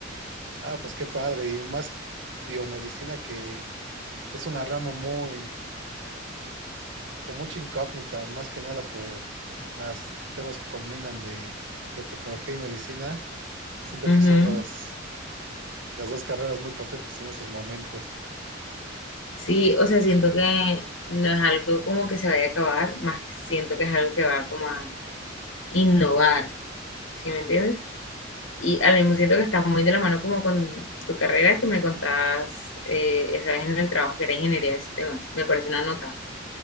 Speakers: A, on the right (about 75°); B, on the left (about 85°).
A: Ah, pues qué padre. Y más biomedicina que es una rama muy, con mucha incógnita, más que nada por las temas que combinan de, de tecnología y medicina. Siento
B: Ujú.
A: que son los, las dos carreras muy potentes en esos momentos.
B: Sí, o sea, siento que no es algo como que se vaya a acabar, más siento que es algo que va como a innovar, ¿sí me entiendes? Y al mismo siento que está muy de la mano como con tu carrera que me contabas eh, esa vez en el trabajo que era ingeniería de sistemas. Me parece una nota,